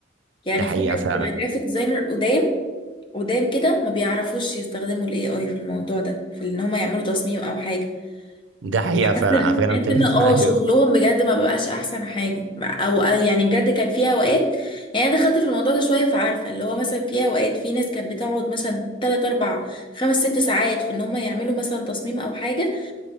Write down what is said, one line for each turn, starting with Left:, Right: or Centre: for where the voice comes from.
Left: يعني
Right: دي حقيقة
Left: في ناس
Right: فعلا
Left: بتبقى جرافيك ديزاينر قدام قدام كده ما بيعرفوش يستخدموا الاي اي في الموضوع ده في ان هم يعملوا تصميم او حاجه
Right: دي حقيقة
Left: بحس
Right: فعلا
Left: ان
Right: على فكرة انا
Left: بحس
Right: متفق
Left: إن اه
Right: <laughs> ايوه
Left: شغلهم بجد ما بقاش احسن حاجه او أو يعني بجد كان فيها اوقات يعني انا دخلت في الموضوع ده شويه فعارفه اللي هو مثلا فيها اوقات في ناس كانت بتقعد مثلا 3 4 5 6 ساعات في ان هم يعملوا مثلا تصميم او حاجه